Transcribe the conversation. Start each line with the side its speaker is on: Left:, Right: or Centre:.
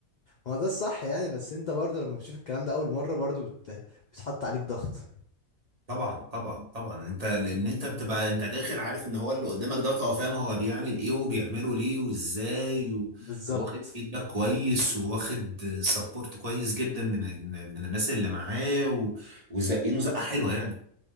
Left: ما هو ده الصح يعني بس انت برضه لما بتشوف الكلام ده اول مرة برضه بت... بتحط عليك ضغط
Right: طبعا طبعا طبعا انت لان
Left: مم.
Right: انت بتبقى انت داخل عارف ان هو اللي قدامك دوت هو فاهم هو بيعمل ايه وبيعمله ليه وازاي و-
Left: بالظبط
Right: وواخد فيدباك كويس وواخد سبورت كويس جدا من ال... من الناس اللي معاه و... وزقينه زقه حلوه يعني